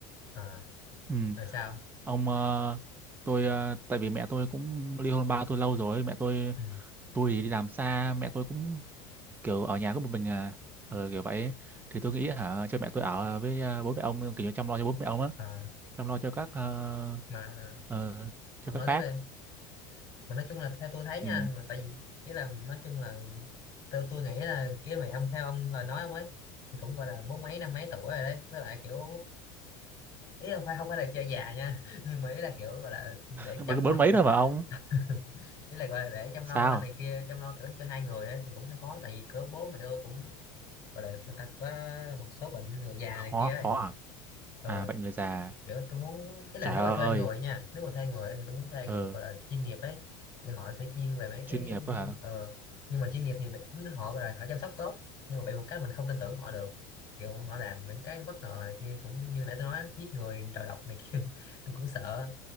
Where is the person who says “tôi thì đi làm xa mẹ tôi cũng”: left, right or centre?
Right